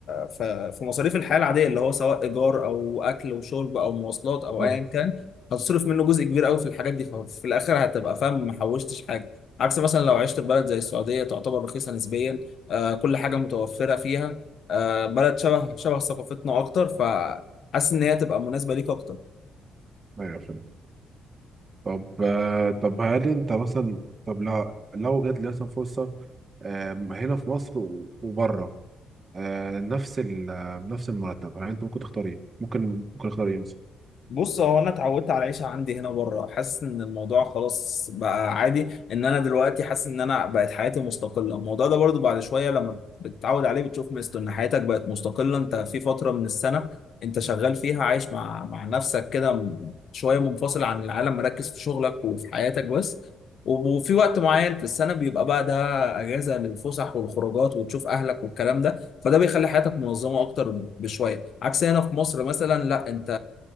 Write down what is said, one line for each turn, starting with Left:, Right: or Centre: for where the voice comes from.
Left: في في مصاريف الحياه العاديه اللي هو سواء ايجار او اكل وشرب او مواصلات او
Right: بالظبط
Left: ايا كان هتصرف منه جزء كبير قوي في الحاجات دي ففي الاخر هتبقى فاهم ما حوشتش حاجه عكس مثلا لو عشت في بلد زي السعوديه تعتبر رخيصه نسبيا آه كل حاجه متوفره فيها آه بلد شبه شبه ثقافتنا اكتر فحاسس ان هي تبقى مناسبه ليك اكتر
Right: ايوه فهمت طب آه، طب هل انت مثلا طب لو لو جات لي مثلا فرصه آه، هنا في مصر و- وبره آه، نفس ال آه، نفس المرتب هل انت ممكن تختار ايه؟ ممكن ممكن اختار ايه مثلا؟
Left: بص هو انا اتعودت على العيشه عندي هنا بره حاسس ان الموضوع خلاص بقى عادي ان انا دلوقتي حاسس ان انا بقت حياتي مستقله الموضوع ده برضو بعد شويه لما بتتعود عليه بتشوف مثله ان حياتك بقت مستقله انت في فتره من السنه انت شغال فيها عايش مع مع نفسك كده م- شويه منفصل عن العالم مركز في شغلك وفي حياتك بس وب- وفي وقت معين في السنه بيبقى بقى ده اجازه للفسح والخروجات وتشوف اهلك والكلام ده فده بيخلي حياتك منظمه اكتر بشويه عكس هنا في مصر مثلا لا انت